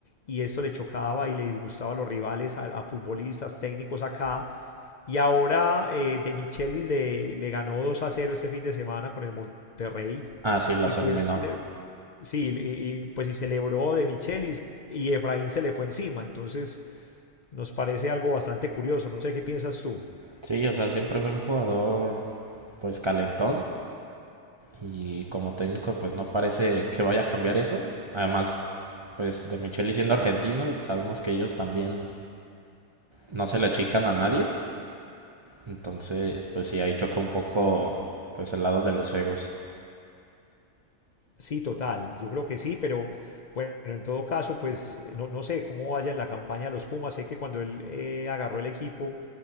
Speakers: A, on the left; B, on the right.
A: y esto le chocaba y le disgustaba a los rivales, a, a futbolistas, técnicos acá. Y ahora eh, De Michelis le, le, ganó 2 a cero este fin de semana con el Monterrey
B: Ah, sí, los
A: y pues
B: eliminó.
A: le, sí, y, y, pues y celebró De Michelis y Efraín se le fue encima. Entonces nos parece algo bastante curioso. No sé qué piensas tú.
B: Sí, o sea, siempre fue un jugador, pues, calentón. Y como técnico, pues no parece que vaya a cambiar eso. Además, pues de Micheli siendo argentino, sabemos que ellos también no se le achican a nadie. Entonces, pues sí, ahí chocó un poco pues el lado de los egos.
A: Sí, total, yo creo que sí, pero bueno, en todo caso, pues no, no sé cómo vaya en la campaña de los Pumas, sé que cuando él eh, agarró el equipo